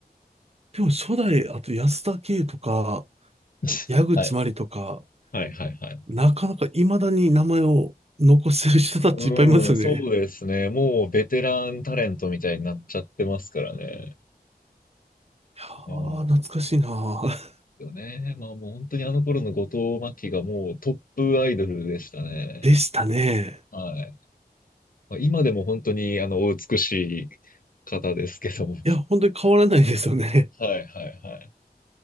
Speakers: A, on the right (about 40°); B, on the left (about 60°).
A: でも初代、あと安田圭とか、
B: <laughs>
A: 矢口真里とか、
B: はい。はいはいはい。
A: なかなか未だに名前を残してる人たちいっぱいいますよね。
B: うん、そうですね。
A: いや
B: もうベテランタレントみたいになっちゃってますからね。
A: ー、
B: ああ、
A: 懐かしいなー。<laughs>
B: よね。まあもう本当にあの頃の後藤真希がもうトップアイドルでしたね。
A: でしたね。
B: はい。まあ、今でも本当にあのお美しい方ですけども。
A: いや、本当に変わらないですよね。
B: はいはいはい。